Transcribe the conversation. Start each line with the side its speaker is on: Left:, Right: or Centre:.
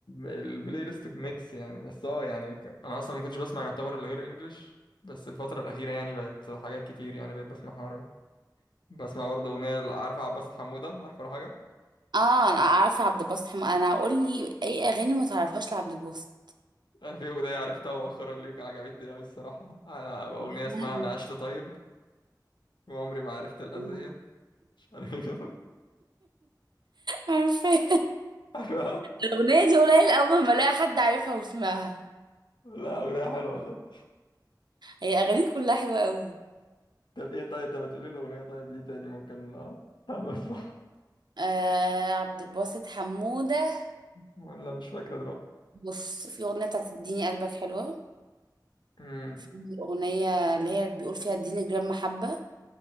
Left: البلاي ليست ميكس يعني بس اه يعني ك- انا اصلا ما كنتش بسمع يعتبر الا غير انجلش بس الفتره الاخيره يعني بقت حاجات كتير يعني بقيت بسمعها عربي بسمع برضه اغنيه عارفه عباس حموده عارفه ولا حاجه
Right: اه انا عارفه عبد الباسط حم... انا اقول لي اي اغاني ما تعرفهاش لعبد الباسط
Left: انا في اغنيه عرفتها مؤخرا اللي عجبتني قوي الصراحه انا اغنيه
Right: اسمها
Left: اسمها
Right: ايه
Left: انا عشت طيب وعمري ما عرفت الاذيه
Right: <laughs>
Left: مش عارف ايه كده
Right: عارفه
Left: <laughs> عارفها
Right: الأغنية دي قليل أول ما ألاقي حد عارفها وسمعها
Left: لا اغنيه حلوه والله
Right: هي أغانيه كلها حلوة قوي
Left: طب ايه طيب طب ما تقولي الاغنيه طيب ليه تاني ممكن آه، <laughs> بسمعها
Right: آه عبد الباسط حمودة
Left: ولا مش فاكره دلوقتي
Right: بص في أغنية بتاعت اديني قلبك حلوة
Left: مم.
Right: في أغنية اللي هي بيقول فيها اديني جرام محبة